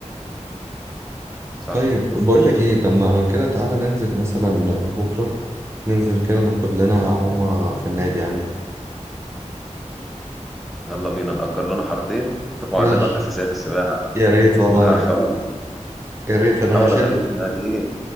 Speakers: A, in the centre; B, on the right.
A: صح
B: طيب بقول لك ايه طب ما لو كده تعالى ننزل مثلا بكرة ننزل كده ناخد لنا عومة في النادي عندي
A: يلا بينا نأجر لنا حارتين <laughs> وأعلمك
B: يلا
A: أساسيات السباحة
B: يا ريت والله
A: وهحاول
B: يا ريت انا
A: أحاول
B: هشيل
A: أخليك يعني إيه